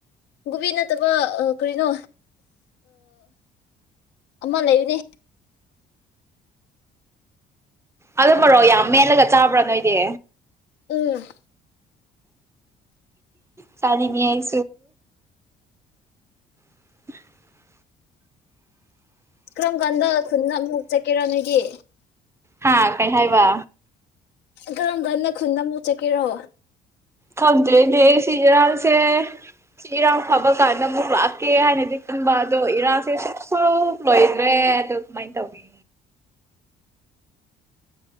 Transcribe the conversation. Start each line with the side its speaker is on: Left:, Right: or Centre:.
Left: ꯒꯣꯕꯤ ꯅꯠꯇꯕ ꯀꯔꯤꯅꯣ ꯑꯃ ꯂꯩꯕꯅꯦ꯫
Right: ꯑꯗꯨ ꯃꯔꯣ ꯌꯥꯝ ꯃꯦꯠꯂꯒ ꯆꯥꯕ꯭ꯔꯥ ꯅꯣꯏꯗꯤ?
Left: ꯎꯝ꯫
Right: ꯆꯥ ꯅꯤꯉꯥ ꯑꯩ꯫ <inaudible>
Left: ꯀꯔꯝ ꯀꯥꯟꯗ ꯈꯨꯟꯗ ꯑꯃꯨꯛ ꯆꯠꯀꯦꯔꯣ ꯅꯣꯏꯗꯤ꯫
Right: ꯍꯥꯥ ꯀꯩ ꯍꯥꯏꯕ?
Left: ꯀꯔꯝ ꯀꯥꯟꯗ ꯈꯨꯟꯗ ꯑꯃꯨꯛ ꯆꯠꯀꯦꯔꯣ?
Right: ꯈꯪꯗ꯭ꯔꯦꯅꯦ ꯁꯤ ꯏꯔꯥꯡꯁꯦ ꯁꯤ ꯏꯔꯥꯡ ꯐꯕ ꯀꯥꯟꯗ ꯑꯃꯨꯛ ꯂꯥꯛꯀꯦ ꯍꯥꯏꯅꯗꯤ ꯈꯟꯕ ꯑꯗꯣ ꯏꯔꯥꯡꯁꯦ ꯁꯨꯝ ꯂꯣꯏꯗ꯭ꯔꯦ ꯑꯗꯣ ꯀꯃꯥꯏꯅ ꯇꯧꯏ꯫